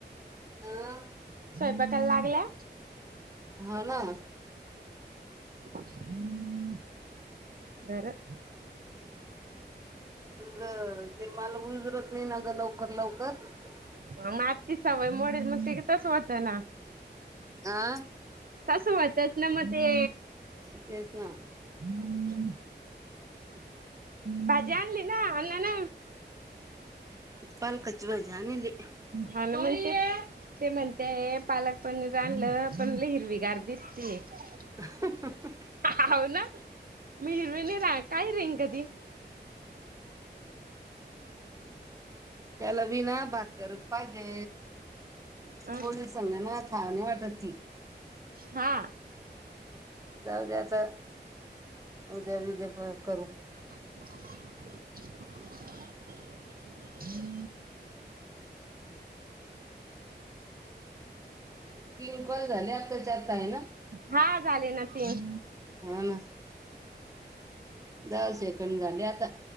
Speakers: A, on the right (about 20°); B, on the right (about 55°).
A: अं
B: स्वयंपाकला लागल्या
A: हा ना
B: <inaudible> बर <inaudible>
A: म ते मला उजरत नाही ना ग लवकर लवकर
B: ह मगची सवय मोडे मग त तस होत ना
A: हा
B: तसं होतच ना मग ते
A: तेच ना
B: हम्
A: <inaudible>
B: भाजी आणली ना अन ना
A: पालकाची भाजी आणलेली
B: हाल म्हण ते म्हणते पालक पण रालं पण लेहिरविगार दिस त
A: ह
B: ह ना मीर्णी रा काय रेंग कधी
A: त्याला विना भाकर पाहिजे
B: अ
A: कोणी संगा ना आणि वाटत ती
B: हा
A: जाऊद्या अता उद्या बिद्या परत करू
B: <inaudible>
A: तीन कॉल झाले आत्ताच्या आत्ता आहे ना
B: हा झाले ना तीन
A: हा ना दहा सेकंड झाले आता